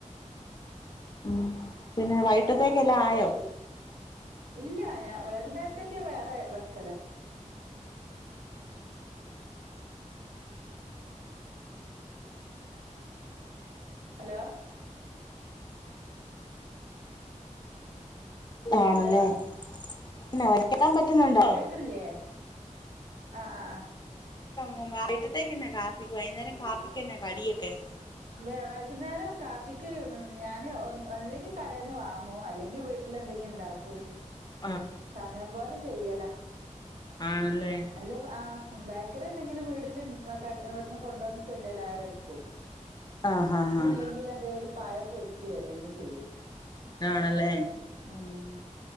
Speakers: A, on the left (about 35°); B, on the right (about 85°).
A: ഉം പിന്നെ വൈയ്യിട്ടത്തേക്കെല്ലാം ആയോ?
B: ഇല്ലാ ഞാൻ വൈകുന്നേരത്തേക്ക് ഞാൻ വേറെ വെക്കലാ ഹലോ
A: ആണല്ലേ
B: ഹലോ
A: എന്നെ കെക്കാൻ പറ്റുന്നുണ്ടോ
B: കേക്കില്ലേ ആഹ് ആഹ് ആഹ്
A: <unintelligible> വഈട്ടത്തേക്ക് എന്നാ കാപ്പിക്ക് വൈന്നേരം കാപ്പിക്കെന്നാ കടിയൊക്കെ
B: വ വൈകുന്നേരം കാപ്പിക്ക് ഞാന് ഒന്ന് ഒന്നുല്ലെങ്കി കടൽന്ന് വാങ്ങു അല്ലെങ്കി വീ ൽ എന്തെങ്കി ഉണ്ടാക്കു
A: <inaudible>
B: സമയം പോലെ ചെയ്യല
A: ആണല്ലേ
B: അല്ലേ ആഹ് ബേക്കറി എന്തെങ്കി വീടില്ൻ വെ ഇവിടുന്ന് കൊണ്ടുവന്ന് ചെണ്ടൽ ആ എടുക്കും
A: ആഹ്
B: ഒന്നുല്ലെങ്കില്
A: ആഹ് ആഹ്
B: എന്തേലു പഴം പൊരിക്കെ എന്തെങ്കി ചെയ്യും
A: ആണല്ലേ
B: ഉം